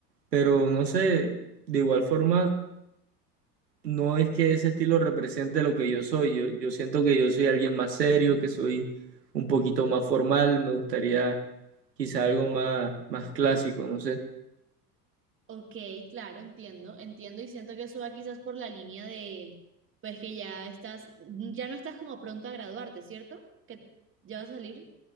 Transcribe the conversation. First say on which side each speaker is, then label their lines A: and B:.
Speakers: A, on the right; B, on the right.
A: pero no sé, de igual forma, no es que ese estilo represente lo que yo soy. Yo, yo siento que yo soy alguien más serio, que soy un poquito más formal, me gustaría quizá algo más, más clásico, no sé.
B: Ok, claro, entiendo, entiendo y siento que eso va quizás por la línea de, pues que ya estás, ya no estás como pronto a graduarte, ¿cierto? Que ya vas a salir